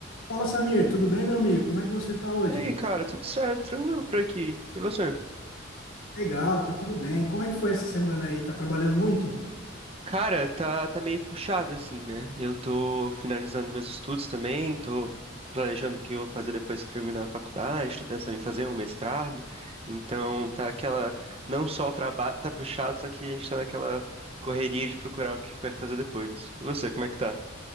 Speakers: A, on the left; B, on the right.
A: Fala, Samir, tudo bem, meu amigo? Como é que você tá hoje?
B: E aí, cara, tudo certo? Tranquilo por aqui. E você?
A: Legal, tá tudo bem. Como é que foi essa semana aí? Tá trabalhando muito?
B: Cara, tá, tá meio puxado assim, né? Eu tô finalizando meus estudos também, tô planejando o que eu vou fazer depois que terminar a faculdade, tô pensando em fazer um mestrado. Então, tá aquela, não só o trabalho tá puxado, só que a gente tá naquela correria de procurar o que vai fazer depois. E você, como é que tá?